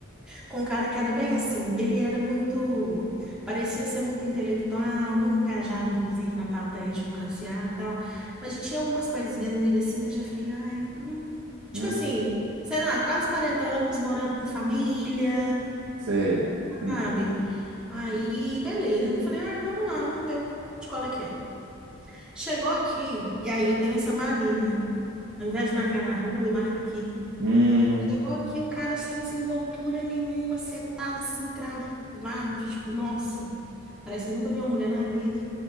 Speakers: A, in the centre; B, on the right.
A: com um cara que era bem assim. Ele era muito, parecia ser muito intelectual, muito engajado, inclusive, na pauta étnico-racial e tal. Mas já tinha algumas coisinhas nele assim que eu já fiquei, ai, hum. Tipo
B: hum,
A: assim, sei lá, quase 40 anos morando com família,
B: sei. Hum,
A: sabe? Aí, beleza. Eu falei, ai, vamos lá, vamos ver qual- de qual é que é. Chegou aqui, e aí eu tenho essa mania. Ao invés de marcar na rua, eu marco aqui.
B: hum.
A: Chegou aqui o cara sem desenvoltura nenhuma, setado, assim, travado, tipo, nossa, parece que nunca vi uma mulher na vida.